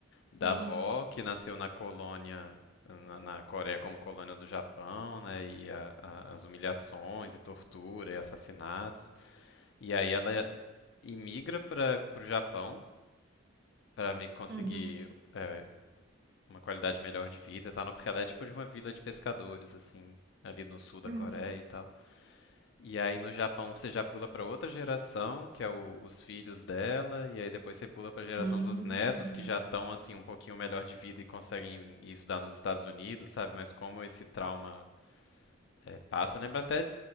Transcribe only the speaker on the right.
Nossa.
Uhum.
Hum.
Hum.